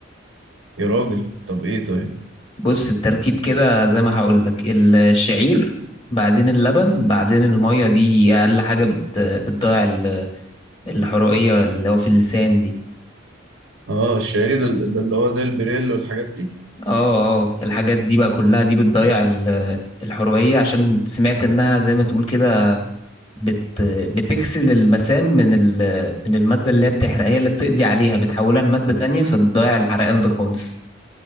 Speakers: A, on the right; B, on the left.
A: يا راجل طب ايه طيب
B: بص الترتيب كده زي ما هقولك الشعير بعدين اللبن بعدين المية دي أقل حاجة بت... بتضيع ال- الحرقية اللي هو في اللسان دي
A: اه الشعري ده, ده اللي هو زي البريل والحاجات دي
B: اه اه الحاجات دي بقى كلها دي بتضيع ال- الحرقية عشان سمعت إنها زي ما تقول كده بت بتغسل المسام من ال... من المادة اللي هي بتحرق هي اللي بتقضي عليها بتحولها لمادة تانية فبتضيع الحرقان ده خالص